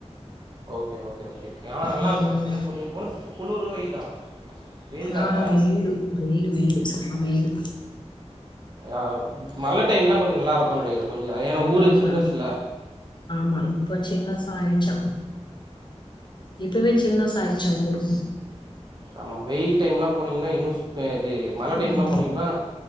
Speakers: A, on the right; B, on the left.
A: ஓகே ஓகே ஓகே ஆனா நல்லா
B: ம்
A: இருக்கு இப் இப்ப நீ போனது குளிரா வெயிலா வெயில் தான்
B: ஆ
A: இல்ல
B: வீடு வெயிலு வெயிலு சமா வெயிலு
A: ஆ மழ டைம்னா கொஞ்சோ நல்லா இருக் போ நினைகிற கொஞ்சோ ஏன்னா
B: ஐயோ
A: ஊரே
B: அங்க
A: சில்னஸ்ல்ல
B: ஆமா இப்ப சில்னஸ் ஆயிடுச்சா இப்பவே சில்னஸ்சா ஆயிடுச்சா ஊரு
A: ஆமா வெயில் டைம்லா போனீங்கன்னா இன்னும் சூ பெ இது மழ
B: ம்
A: டைம்லா போனீங்கன்னா